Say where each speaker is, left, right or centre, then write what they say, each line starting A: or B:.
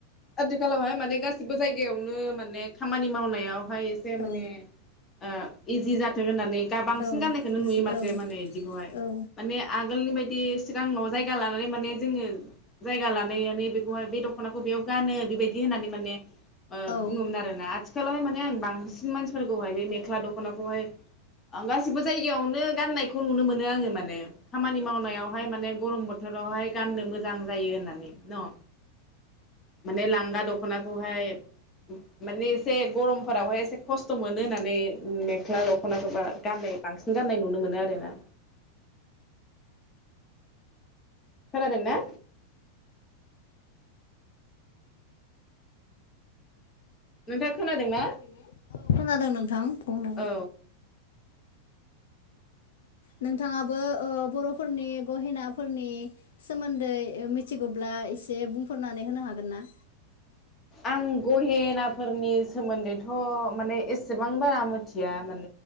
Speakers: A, on the left; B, on the left.
A: आथिखालावहाय माने गासिबो जायगायावनो माने खामानि मावनायाव हाय एसे माने
B: औ
A: ओं इजि जाथों होननानै दा बांसिन
B: औ
A: गाननायखौनो
B: इजि
A: नुयो माथो
B: औ
A: माने इदिखौहाय
B: औ
A: मान आगोलनि बायदि सिगां न आव जायगा लानानै माने जोङो जायगा लानायानो बेहाय बे दखनाखौ बेयाव गानो बेबायदि होननानै माने ओ
B: औ
A: बुंङोमोन आरो ना आथिखालावहाय माने आं बां बांसिन मानसिफोरखौहाय बे मेखला दखनाखौहाय गासिबो जायगायावनो गाननाय खौ नुनो मोनो आङो माने खामानि मावनायावहाय माने गरम बोथोरावहाय गाननो मोजां जायो होननानै न माने लांगा दखनाखौहाय माने एसे गरमफोरावहाय एसे खस्थ मोनो होननानै मेख्ला दखनाखौ बा गाननाय बांसिन गाननाय नुनो मोनो आरोना खोनादों ना नोंथाङा खोनादोंना
B: खोनादों औ खोनादों नोंथां बुंनाय
A: औ
B: नोंथाङाबो ओ बरफोरनि गहेनाफोरनि सोमोन्दै मिथिगौब्ला एसे बुंफोरनानै होनो हागोन ना
A: आं गहेनाफोरनि सोमोन्दैथ माने एसेबां बारा मिथिया मोन